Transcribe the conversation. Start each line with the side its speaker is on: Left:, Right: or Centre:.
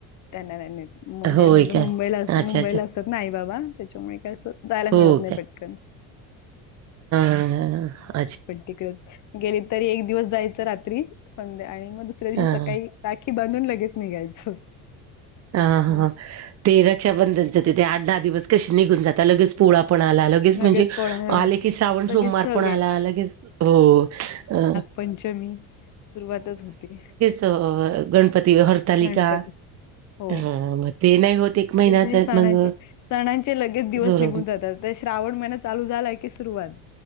Left: त्यांनाहेर
Right: होय
Left: माझं
Right: काय?
Left: मुंबईला अस मुंबईला
Right: अच्छा, अच्छा.
Left: असत नाही बाबा त्याच्यामुळे काय असं जायला मिळत
Right: हो
Left: नाही पटकन,
Right: हा हा हा
Left: भाऊ पण तिकडेच गेली तरी एक दिवस जायचं रात्री संध्या आणि मग दुसऱ्या दिवशी
Right: हां.
Left: सकाळी राखी बांधून लगेच निघायचं
Right: हा हा,
Left: ते
Right: ते रक्षाबंधनचं तिथे आठ दहा दिवस कसे निघून जातात. लगेच पोळा पण आला लगे च
Left: लगेच
Right: म्हणजे
Left: पोळा
Right: आले की, श्रावण
Left: सगळेच
Right: सोमवार
Left: सगळेच
Right: पण आला लगेच हो अ.
Left: पंचमी सुरुवातच होते.
Right: त गणपती, हरतालिका
Left: गणपती हो
Right: ह मग ते नाही होत. एक महिन्याच
Left: ते सणांचे
Right: मग
Left: सणांचे लगेच दिवस
Right: जोर
Left: निघून जातात. तर श्रावण महिना चालू झालाय की सुरुवात,